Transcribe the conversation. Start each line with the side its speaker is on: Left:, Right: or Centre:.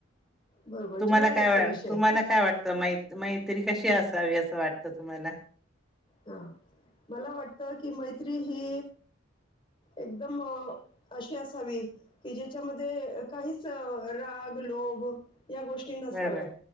Left: बरोबर
Centre: तुम्हाला
Left: जिव्हाळ्याचा
Centre: काय वा
Left: विषय
Centre: तुम्हाला काय वाटतं मै मैत्री कशी अस वी असं वाटतं तुम्हाला?
Left: हा, मला वाटतं कि मैत्री हि एकदम अशी असावी, की ज्याच्यामध्ये काहीच अ राग लो लोभ या गोष्टी नसाव्यात.
Centre: बरोबर